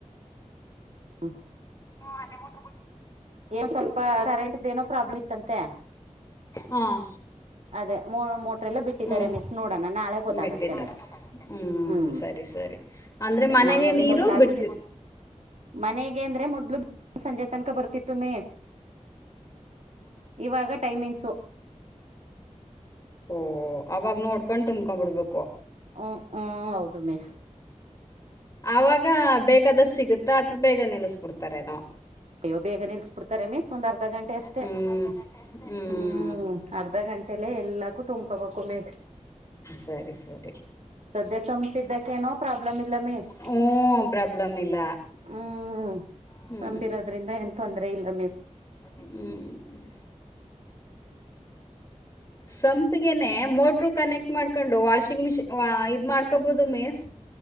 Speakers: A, on the right (about 65°); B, on the left (about 25°).
A: ಹಾ <inaudible>
B: ಮ <unintelligible>
A: ಏನ್ ಸ್ವಲ್ಪ ಕರೆಂಟ್ ಏನೋ ಪ್ರಾಬ್ಲಮ್ ಇತ್ತಂತೆ
B: ಹಾಂ
A: ಅದೇ ಮ ಲ್ಲ ಬಿಟ್ಟಿದ್ದಾರೆ
B: ಹ್ಞೂ
A: ಮಿಸ್ ನೋಡೋಣ ನಾಳೆ ಗೊತ್ತಾಗುತ್ತೆ
B: ಬಿಟ್ಟಿದ್ದಾರೆ
A: ಮಿಸ್
B: ಹ್ಞೂ
A: ಹ್ಮ್
B: ಸರಿ ಸರಿ ಅಂದ್ರೆ
A: ಅದೇ
B: ಮ
A: ಮಾಮೂಲಿ
B: ನೀರು
A: ಮೊದ್ಲು ಹಾಕ್ಸಿದ್
B: ಬಿಡ್
A: ಮನೆಗೆ ಅಂದ್ರೆ ಮೊದ್ಲು ಸಂಜೆ ತನಕ ಬರ್ತಿತ್ತು ಮೇಸ್ ಇವಾಗ ಟೈಮಿಂಗ್ಸು
B: ಓಹ ಅವಾಗ ನೋಡ್ಕೊಂಡ್ ತುಂಬ್ಕೊ್ಬಿಡ್ಬೇಕು
A: ಹ್ ಹ್ಮ್ ಹೌದು ಮಿಸ್
B: ಆಾಗ ಬೇಕಾದ ಸಿಗುತ್ತಾ ಅಥವಾ ಬೇಗ ನಿಲ್ಲಸ್ಬಿಡ್ತಾರೇನೋ
A: ಅಯ್ಯ ಬೇಗ ನಿಲ್ಸ್ ಬಿಡ್ತ ರಮೇಶ್ ಒಂದ ಅರ್ಧ ಗಂಟೆ ಅಷ್ಟೇ
B: ಹ್ಞೂ ಹ್ಞೂ
A: ಹ್ಮ ಅರ್ಧ ಗಂಟೆ ಎಲ್ಲೂ ತ ಕಕ್ಕ ಮೆ
B: ಸರಿ ಸರಿ
A: ಸದ್ಯ ಸಂಪಿದ್ದಕ್ಕೇನೋ
B: ಹ್ಮ
A: ಪ್ರಾಬ್ಲಮ್ ಇಲ್ಲ ಮಿಸ್
B: ಹ್ಮ ಪ್ರಾಬ್ಲಮ್ ಇಲ್ಲ
A: ಹ್ಮ್
B: ಹ್ಞೂ
A: ಸಂಬಿರೋದ್ರಿಂದ ಏನ್ ತೊಂದರೆ ಇಲ್ಲ ಮಿಸ್
B: ಹ್ಮ್ ಸಂಪಿಗೆನೆೇ ಮೋಟ್ರು ಕನೆಕ್ಟ್ ಮಾಡ್ಕೊಂಡು ವಾಷಿಂಗ್ ಮಿಷಿನ್ ವ ಇದು ಮಾಡ್ಕೊಬೋದು ಮೀಸ್